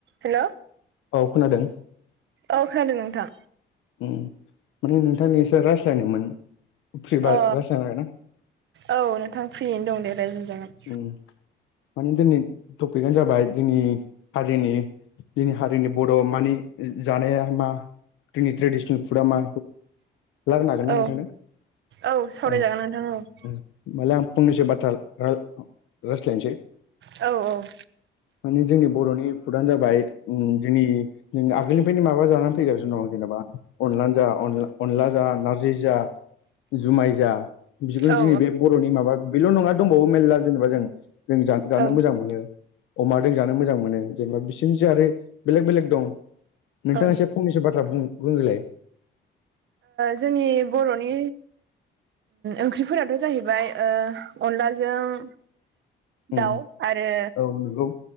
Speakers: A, on the right; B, on the left.
A: हेल'
B: औ खोनादों
A: औ खोनादों नोंथां
B: माने नोंथांजों एसे राय जायानोमोन फ्रि बा
A: अ
B: रायजायनो हागोनना
A: औ नोंथां फ्रियैनो दं दे राय्लोंजागोन
B: उम माने जोंनि टपिकानो जाबाय जोंनि हारिनि जोंनि हारिनि बर' मानि जानाया मा जोंनि ट्रेडिसनेल फुडा मा लाबोनो हागोन ना
A: औ
B: ओंखायनो
A: औ सावरायजागोन
B: अ
A: नोंथां
B: होमबालाय आं फंनिसै बाथ्रा राय रायज्लायनोसै
A: औ औ
B: माने जोंनि बर'नि फुदानो जाबाय जोंनि आगोलनि ओमफ्रायनि माबा जानानै फैगासिनो दं जेनेबा अनला जान अनला जा नारजि जा जुमाय जा बिदिखौनो
A: औ
B: जोंनि बे बर'नि माबा बेल' नङा दंबावो मेरला जेनेबा जों जों जानो
A: औ
B: मोजां मोनो अमा जों जानो मोजां मोनो जेनेबा बिसोरनिसो आरो बेलेग बेलेग दं नोंथाङा
A: औ
B: एसे फंनैसो बाथ्रा बुं बुंग्रोलाय
A: जोंनि बर'नि ओंख्रिफोराथ' जाहैबाय अनलाजों
B: उम
A: दाउ आरो
B: औ नंगौ